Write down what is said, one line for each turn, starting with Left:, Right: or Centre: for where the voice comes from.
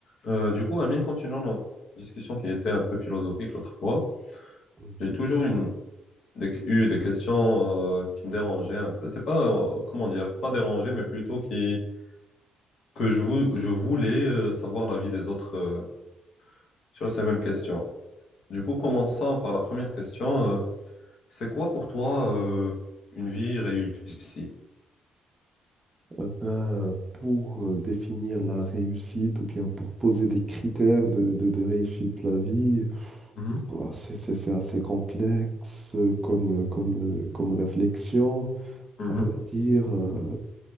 Left: Euh, du coup, Amine, continuant notre discussion qui était un peu philosophique l'autre fois.
Right: Mhm.
Left: J'ai toujours une, des- eu des questions euh, qui me dérangeaient un peu. C'est pas, euh, comment dire, pas dérangé, mais plutôt qui, que je, vou- je voulais euh, savoir l'avis des autres euh, sur ces mêmes questions. Du coup, commençant par la première question, euh, c'est quoi pour toi euh, une vie réussie?
Right: Euh, ben, pour euh, définir la réussite ou bien pour poser des critères de, de, de réussite de la vie,
Left: Mhm,
Right: oh, c'est c'est- c'est assez complexe euh, comme, euh, comme, euh, comme réflexion.
Left: mhm,
Right: À vrai dire, euh,